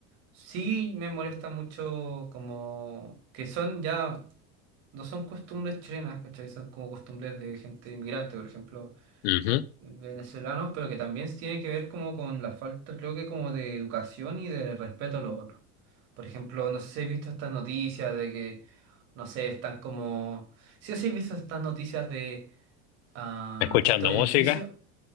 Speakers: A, on the right; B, on the left.
A: sí me molesta mucho como que son ya, no son costumbres chilenas, ¿cachai? Son como costumbres de gente inmigrante, por ejemplo.
B: Ujú.
A: venezolanos, pero que también tiene que ver como con la falta, creo que como de educación y de respeto a los otros. Por ejemplo, no sé si habéis visto estas noticias de que, no sé, están como... Sí o sí habéis visto estas noticias de ah,
B: Escuchando
A: estos edificios.
B: música,